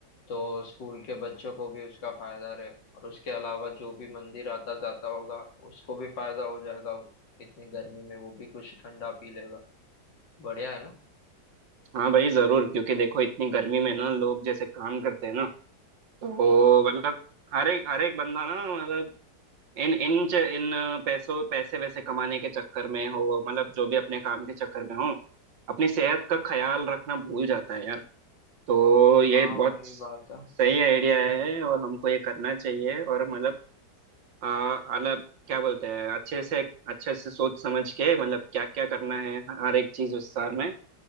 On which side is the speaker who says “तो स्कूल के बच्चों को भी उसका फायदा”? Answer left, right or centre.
Left